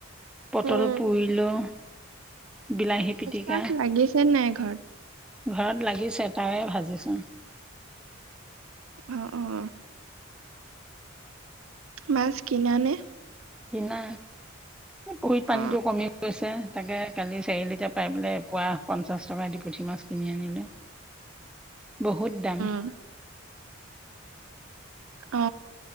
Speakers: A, in the centre; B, on the right (about 85°).
A: পটল
B: উম
A: পুৰিলোঁ। বিলাহী পিটিকা,
B: মাছ লাগিছে নাই ঘৰত?
A: ঘৰত লাগিছে তাৰে ভাজিছো।
B: অ অ। মাছ কিনানে?
A: কিনা, এ পুহীত পানীটো
B: অ
A: কমি গৈছে। তাকে কালি চাৰি লিটাৰ পাই পেলাই পুৱা পঞ্চাছ টকা দি পুঠি মাছ কিনি আনিলোঁ। বহুত দাম।
B: উ অ।